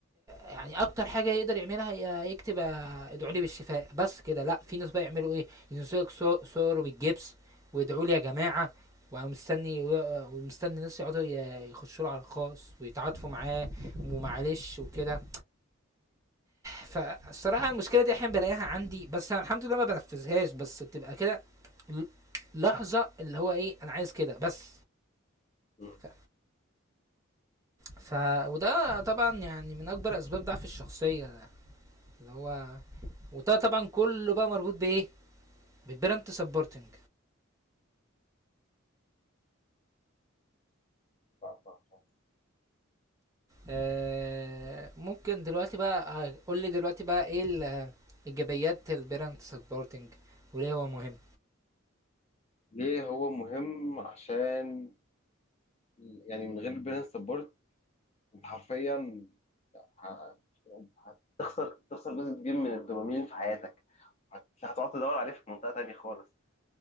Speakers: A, on the right; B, on the left.
A: يعني اكتر حاجه يقدر يعملها ي- يكتب آه، ادعوا لي بالشفاء بس كده لا في ناس بقى يعملوا ايه ينزلوا لك صو- صور بالجبس ويدعوا لي يا جماعه ومستني ومستني الناس يقعدوا ي- يخشوا له على الخاص ويتعاطفوا معاه ومعلش وكده فالصراحه المشكله دي احيانا بلاقيها عندي بس الحمد لله ما بنفذهاش بس بتبقى كده ل- لحظه اللي هو ايه انا عايز كده بس
B: مم.
A: ف... ف وده طبعا يعني من اكبر اسباب ضعف الشخصيه ده اللي هو وده طبعا كله بقى مربوط بايه بالبرنت سبورتنج
B: صح، صح، صح.
A: آه ممكن دلوقتي بقى قول لي دلوقتي بقى ايه ال- ايجابيات البرنت سبورتنج وليه هو مهم
B: ليه هو مهم عشان يعني من غير البرين سبورت أنت حرفيا ه- هتخسر تخسر جزء كبير من الدوبامين في حياتك هت- هتقعد تدور عليه في منطقة تانية خالص